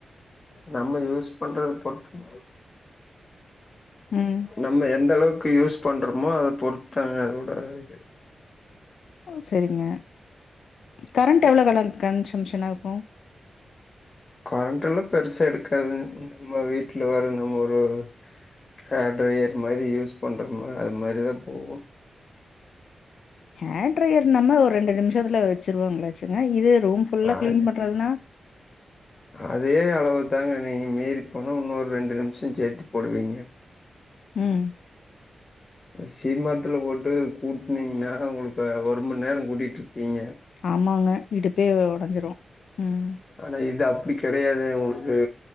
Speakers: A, on the left; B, on the left.
A: நம்ம யூஸ் பண்றத பொருத்து
B: ம்
A: நம்ம எந்தளவுக்கு யூஸ் பண்றோமோ அத பொறுத்துதங்க அதோட இது
B: செரிங்க கரண்ட்டு எவ்வளோ தொல கன்சம்ஷனா இருக்கு
A: கரண்ட் எல்லா பெருசா இருக்காது நம்ம வீட்ல வர நம்ம ஒரு ஹேர் ட்ரை இது மாதிரி யூஸ் பண்றோம்னா அது மாதிரிதா போகு
B: ஹேர் ட்ரயர் நம்ம ஒரு ரெண்டு நிமிஷத்துல வச்சுருவோ‌ வச்சுங்க இது ரூம் ஃபுல்லா
A: அது
B: கிளீன் பண்றதுனா
A: அதே அளவு தாங்க நீங்க மீறி போனா இன்னொரு ரெண்டு நிமிஷ சேத்தி போடுவீங்க
B: ம்
A: சீமாத்தில போட்டு கூட்டனீங்கன்னா அவங்களுக்கு ஒரு மணி நேர கூட்டிகிட்டுருப்பீங்க
B: ஆமாங்க இடுப்பே உடஞ்சிரு ம்
A: ஆனா இது அப்டி கிடையாது உங்களுக்கு